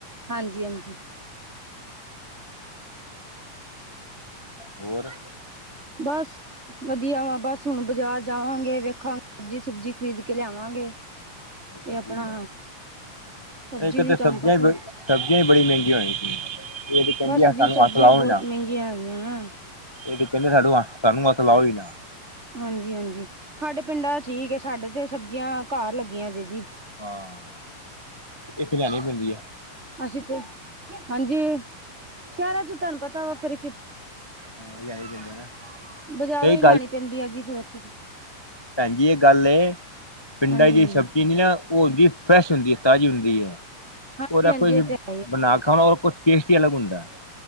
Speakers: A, on the right; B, on the left.
A: ਹਾਂਜੀ- ਹਾਂਜੀ।
B: ਹੋਰ
A: ਬਸ ਵਧੀਆ ਵਾ, ਬਸ ਹੁਣ ਬਾਜ਼ਾਰ ਜਾਵਾਂਗੇ, ਵੇਖਾਂਗੇ ਸਬਜ਼ੀ ਸੁਬਜੀ ਖਰੀਦ ਕੇ ਲਿਆਵਾਂਗੇ।
B: ਸਬਜ਼ੀ
A: ਤੇ ਆਪਣਾ
B: ਲਿਆਓ
A: ਸਬਜ਼ੀ
B: ਇੱਕ
A: ਵੀ
B: ਤਾਂ
A: ਤੁਹਾਨੂੰ
B: ਸਬਜ਼ੀਆਂ
A: ਪਤਾ
B: ਹੀ ਸਬਜ਼ੀਆਂ ਵੀ ਬੜੀ ਮਹਿੰਗੀਆਂ ਹੋਈਆਂ ਸੀ, ਇਹ ਤੇ ਕਹਿੰਦੀ
A: ਬਸ
B: ਆ
A: ਜੀ
B: ਸਾਨੂੰ
A: ਸਬਜ਼ੀਆਂ
B: ਹੱਥ ਲਾਓ
A: ਬਹੁਤ
B: ਈ ਨਾ।
A: ਮਹਿੰਗੀਆਂ ਹੈਗੀਆਂ ਹੈ।
B: ਇਹ ਤੇ ਕਹਿੰਦੇ ਸਾਨੂੰ ਹੱਥ ਲਾਓ ਈ ਨਾ।
A: ਹਾਂਜੀ -ਹਾਂਜੀ, ਸਾਡੇ ਪਿੰਡਾਂ ਚ ਠੀਕ ਐ, ਸਾਡੇ ਤੇ ਸਬਜ਼ੀਆਂ ਘਰ ਲੱਗੀਆਂ ਜੇ ਜੀ।
B: ਹਾਂ, ਇੱਥੇ ਲਿਆਣੀ ਪੈਂਦੀ ਐ।
A: ਅਸੀਂ ਤੇ ਹਾਂਜੀ ਸ਼ਹਿਰਾਂ ਚ ਤੁਹਾਨੂੰ ਪਤਾ ਵਾ ਫਿਰ ਕੀ
B: ਹਾਂ ਲਿਆਣੀ ਪੈਂਦੀ ਹੈ ਨਾ
A: ਬਾਜ਼ਾਰੋਂ
B: ਇਹ
A: ਹੀ ਲਿਆਣੀ ਪੈਂਦੀ ਆ ਜੀ ਫਿਰ ਤੇ।
B: ਭੈਣਜੀ ਇਹ ਗੱਲ
A: ਹਾਂਜੀ,
B: ਪਿੰਡਾਂ ਚ
A: ਹਾਂਜੀ,
B: ਸਬਜ਼ੀ ਨੀ ਨਾ ਉਹ ਹੁੰਦੀ ਫਰੈਸ਼ ਹੁੰਦੀ ਤਾਜ਼ੀ ਹੁੰਦੀ ਹੈ।
A: ਹਾਂਜੀ,
B: ਉਹਦਾ ਕੋਈ
A: ਹਾਂਜੀ ਇਹ ਤੇ ਹੈ ਹੀ
B: ਬਣਾਕੇ ਖਾਓ ਉਹਦਾ ਕੋਈ ਟੇਸਟ ਹੀ ਅਲੱਗ ਹੁੰਦਾ।